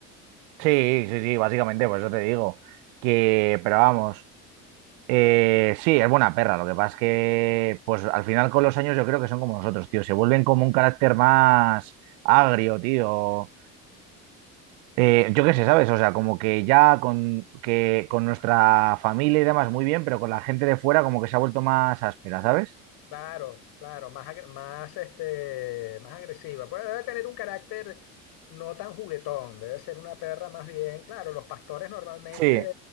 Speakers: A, on the right (about 75°); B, on the left (about 65°).
A: sí, sí, sí, básicamente, por eso te digo. Que, pero vamos, eh, sí, es buena perra. Lo que pasa es que, pues al final con los años yo creo que son como nosotros, tío. Se vuelven como un carácter más agrio, tío. Eh, yo qué sé, ¿sabes? O sea, como que ya con, que, con nuestra familia y demás muy bien, pero con la gente de fuera como que se ha vuelto más áspera, ¿sabes?
B: Claro, claro, más, agre- más, este, más agresiva. Pues debe tener un carácter no tan juguetón, debe ser una perra más bien. Claro, los pastores normalmente
A: Sí,